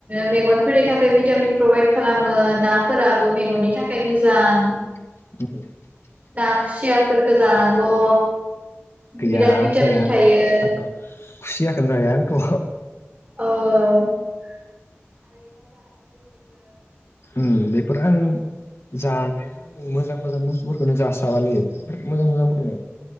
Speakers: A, on the right; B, on the left.
A: मेगनफोरनि थाखाय भिटामिन प्रभाइद खालामो नाफोराबो मेगननि थाखाय मोजां जां।
B: <unintelligible>
A: ना खुसियाफोरखो जानांगौ
B: गैया
A: बिराद भिटामिन
B: जाया
A: थायो
B: आंथ खुसियाखोन जाया आंथ
A: ओ
B: उम बेफोर आं जानाया आं मोजां मोजां बुस्थुफोरखोनो जासाबालै बिराद मोजां मोजांफोरखो।